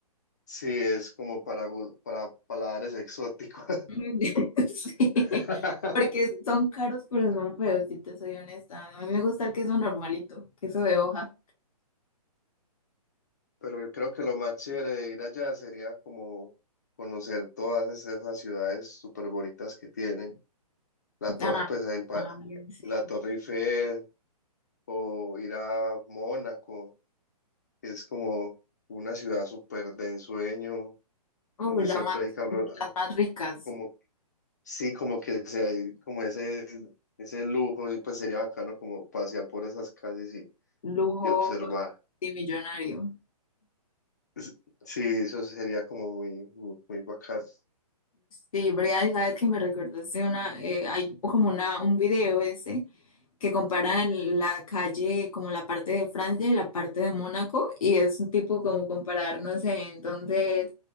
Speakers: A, on the left; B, on the left.
A: sí, es como para, gu- para paladares exóticos.
B: Mm, <laughs> Sí,
A: <laughs>
B: porque son caros, pero son feos, si te soy honesta. A mí me gusta el queso normalito, queso de hoja.
A: Pero yo creo que lo más chévere de ir allá sería como conocer todas es- esas ciudades súper bonitas que tienen. La, to-
B: Ah,
A: pues, en Pa-
B: también, sí.
A: la Torre Eiffel o ir a Mónaco, que es como una ciudad súper de ensueño,
B: oh
A: donde
B: la
A: siempre
B: más,
A: hay carros,
B: las más ricas,
A: como, sí, como que se hay como ese, ese lujo y pues sería bacano como pasear por esas calles y,
B: lujo
A: y observar.
B: de millonario.
A: S- Sí, eso sería como muy, muy, muy bacano.
B: Sí, Brea, y sabes que me recordaste una, eh, hay como una, un video ese que comparan la calle, como la parte de Francia y la parte de Mónaco, y es un tipo como comparar, no sé, entonces